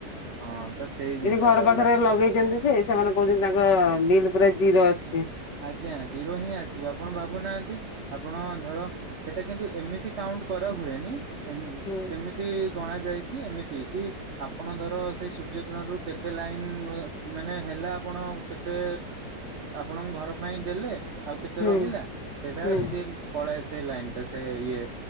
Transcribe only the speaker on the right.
ହଁ ତ ସେଇ ଜିନିଷ
ଟା ହେଲା
ଆଜ୍ଞା ଜିରୋ ହିଁ ଆସିବ ଆପଣ ଭାବୁନାହାନ୍ତି ଆପଣ ଧର ସେଟା କିନ୍ତୁ ଏମିତି କାଉଣ୍ଟ କରା ହୁଏନି କେ
କେମି ତି ଗଣା ଯାଇକି ଏମିତି କି ଆପଣ ଧର ସେଇ ସୂର୍ଯ୍ୟ କିରଣରୁ କେତେ ଲାଇନ ହ ମାନେ ହେଲା ଆପଣ କେତେ ଆପଣଙ୍କ ଘର ପାଇଁ ଦେଲେ ଆଉ କେତେ
ରହିଲା ସେଇଟା
ସିଏ ପଳାଏ ସେ ଲାଇନଟା ସେ ଇଏ